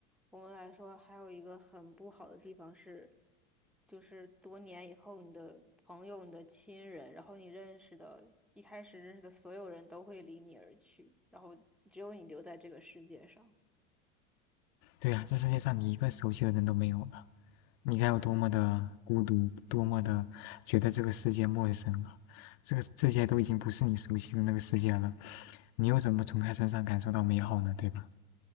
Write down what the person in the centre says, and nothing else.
我们来说，还有一个很不好的地方是，就是多年以后，你的朋友、你的亲人，然后你认识的，一开始认识的所有人都会离你而去，然后只有你留在这个世界上。